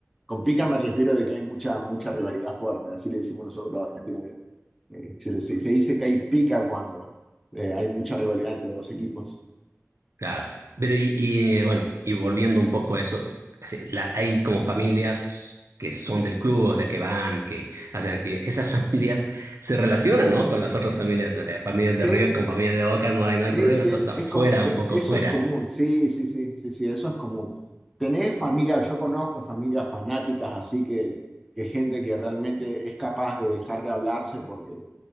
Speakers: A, in the centre; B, on the right.
A: con pica me refiero de que hay mucha, mucha rivalidad fuerte. Así le decimos nosotros a Argentina. eh, se, se- se dice que hay pica cuando eh, hay mucha rivalidad entre dos equipos.
B: Claro. Pero y, y, eh, bueno, y volviendo un poco a eso, así, la- hay como familias que son del club, o sea, que van, que hacen actividades. Esas <laughs> familias se relacionan, ¿no? Con las otras familias, o sea, familias
A: Sí,
B: de River con familias
A: sí,
B: de Bocas, no hay, no hay problema,
A: sí.
B: esto está
A: Es
B: fuera,
A: com- eh,
B: un poco
A: eso
B: fuera.
A: es común. Sí, sí, sí, sí, sí, eso es común. Tenés familia, yo conozco familias fanáticas, así que, que gente que realmente es capaz de dejar de hablarse porque